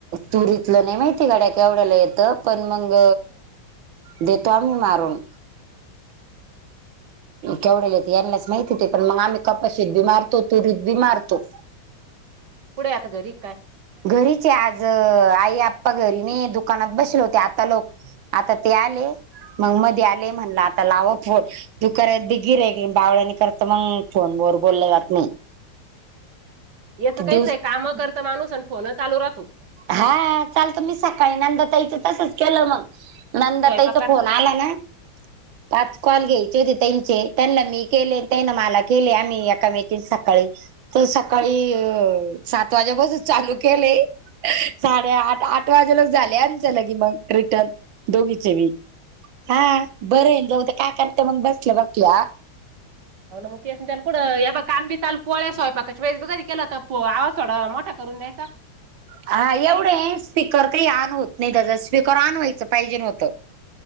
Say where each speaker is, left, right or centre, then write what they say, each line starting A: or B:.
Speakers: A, on the right; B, on the right.
A: तुरीतलं नाही माहिती गड्या केवढ्याला येतं. पण मग देतो आम्ही मारून. केवढले यांनाच माहिती पण मग आम्ही कपाशीत बी मारतो तुरीत बी मारतो.
B: कुठे आता घरी काय.
A: घरीचे आज आई आप्पा घरी नाही दुकानात बसले होते आता लोक आता ते आले मग मध्ये आले म्हणलं आता लाव फोन. तू करय गिर बावळनी करत मग फोन वर बोललं जात नाही.
B: ये तर काहीच
A: दिवस
B: आहे काम करत माणूस आणि फोन चालू राहतू.
A: हा चालत मी सकाळी नांदातयचं तसच केलं मग नंदा
B: स्वयंपाक
A: त्याचा
B: कर
A: फोन आला ना पाच कॉल घ्यायचे होती. त्यांचे त्यांना मी केले त्यांना मला केले आम्ही याकामेट सकाळी. तर सकाळी सात वाज्या बाासून चालू केले. साडे आठ आठ वाजे लग झालेच्या ल की मग रिटर्न. दोघीचे वी हा बरे येल जाऊद काय करते मग बसलं बसल्या.
B: ंतेचघ काम बी ल पोळ्या सोयपाका वेस बघा केलं तर आवाज थोडा मोठा करून द्यायचा.
A: हा एवढे स्पीकर तरी ऑन होत नाही त्याच स्पीकर ऑन व्हायचं पाहिजे नव्हतं.